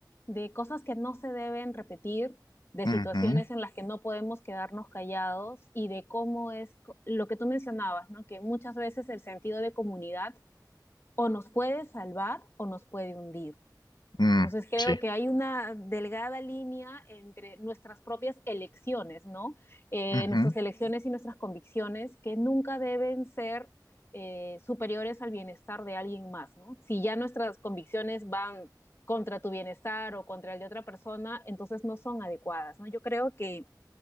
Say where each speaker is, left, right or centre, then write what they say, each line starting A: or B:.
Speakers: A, on the left (about 35°); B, on the left (about 75°).
A: de cosas que no se deben repetir, de
B: ujú,
A: situaciones en las que no podemos quedarnos callados y de cómo es co- lo que tú mencionabas, ¿no? Que muchas veces el sentido de comunidad o nos puede salvar o nos puede hundir.
B: mm,
A: Entonces creo
B: sí.
A: que hay una delgada línea entre nuestras propias elecciones, ¿no? Eh,
B: Ujú,
A: nuestras elecciones y nuestras convicciones que nunca deben ser eh, superiores al bienestar de alguien más, ¿no? Si ya nuestras convicciones van contra tu bienestar o contra el de otra persona, entonces no son adecuadas, ¿no? Yo creo que